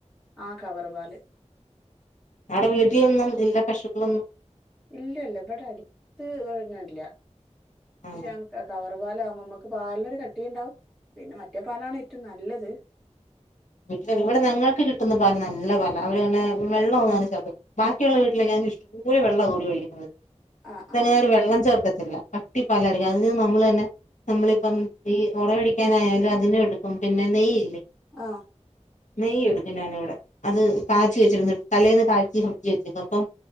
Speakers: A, in the centre; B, on the left.
A: ആഹ് കവറുപാല്
B: അതെ വീട്ടിലൊന്നും ഇല്ല പശുക്കളൊന്നും
A: ഇല്ലല്ല ഇവിടെ അടുത്ത് ഇല്ല
B: ആ
A: പക്ഷെ ഞങ്ങക്ക് കവറ് പാലമ്പ നമ്മുക്ക് പാലിനൊരു കട്ടിയുണ്ടാവും പിന്നെ മറ്റേ പാലാണ് ഏറ്റവും നല്ലത്
B: പക്ഷെ ഇവിടെ ഞങ്ങൾക്ക് കിട്ടുന്ന പല നല്ല പല അവര്ങ്ങനെ വെള്ളൊന്നു അങ്ങനെ ചേ ബാക്കിയുള്ള
A: ആ
B: വീട്ടിലേക്ക് അയിൽ ഇഷ്ടം പൊലെ വെള്ളം കൂടി ഒഴിക്കുന്നത്
A: ആ
B: ഇപ്പങ്ങെനാവര്
A: ആ
B: വെള്ളം ചേർ ല്ല കട്ടി പലായിരിക്കും അതി നമ്മളന്നെ നമ്മളിപ്പം ഈ ഉറ ഒഴിക്കാനായാലും അതിനെ എടുക്കും പിന്നെ നെയ്യ്
A: ആഹ്
B: നെയ്യ് എടുക്കും ഞാനിവിടെ അത് കാച്ചി വെച്ചിരുന്നു തലേന്ന് കാച്ചി ഫ്രിഡ്ജില് വെച്ചിരുന്നു അപ്പം